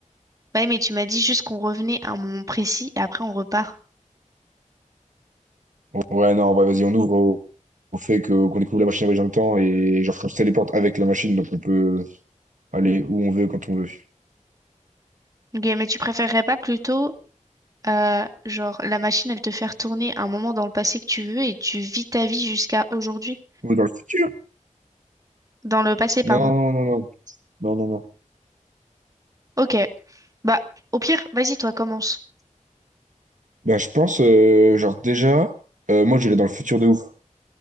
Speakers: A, on the right; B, on the right.
A: Ouais, mais tu m'as dit juste qu'on revenait à un moment précis et après on repart.
B: Ouais, non, bah, vas-y, on ouvre au, au fait que, qu'on découvre la machine à voyager dans le temps et genre qu'on se téléporte avec la machine, donc on peut aller où on veut, quand on veut.
A: Ok, mais tu préférerais pas plutôt, euh, genre, la machine, elle te faire tourner un moment dans le passé que tu veux et tu vis ta vie jusqu'à aujourd'hui?
B: Ou dans le futur?
A: Dans le passé, pardon.
B: Non, non, non, non, non, non, non.
A: Ok. Bah, au pire, vas-y, toi, commence.
B: ben je pense, euh, genre déjà, euh, moi j'irais dans le futur de ouf.